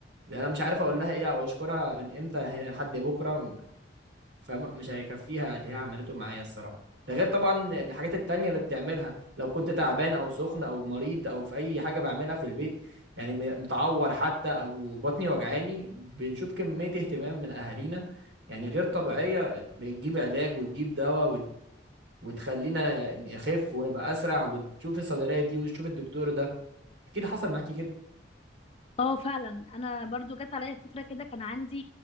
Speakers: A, on the right; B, on the left.
A: انا مش عارف اقول لها ايه او اشكرها من امتى لحد بكره فمش هيكفيها اللي هي عملته معايا الصراحة ده غير طبعا الحاجات التانية اللي بتعملها لو كنت تعبان أو سخن أو مريض أو في أي حاجة بعملها في البيت يعني م- متعور حتى أو بطني وجعاني بنشوف كمية اهتمام من أهالينا يعني غير طبيعية بتجيب علاج وتجيب دواء وت- وتخلينا نخف ونبقى أسرع وتشوف الصيدلية دي وتشوف الدكتور ده أكيد حصل معاكي كده
B: اه فعلا انا برضو جت عليا فتره كده كان عندي